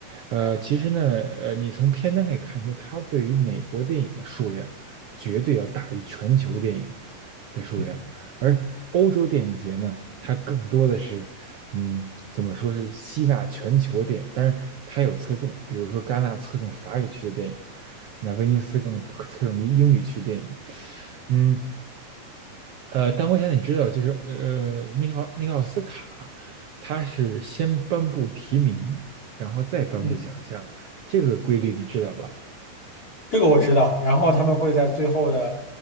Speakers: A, on the right; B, on the left.
A: 呃，其实呢，呃，你从片单可以看出，它对于美国电影的数量绝对要大于全球电影的数量，
B: 嗯
A: 而欧洲电影节呢，它更多的是。嗯，怎么说是吸纳全球点，但是它有侧重，比如说戛纳侧重法语区的电影，那威尼斯更侧重于英语区电影。嗯，呃，但我想你知道，就是呃，那个奥那个奥斯卡，它是先颁布提名，然后再颁布奖项，
B: 嗯
A: 这个规律你知道吧？
B: 这个我知道，然后他们会在最后的，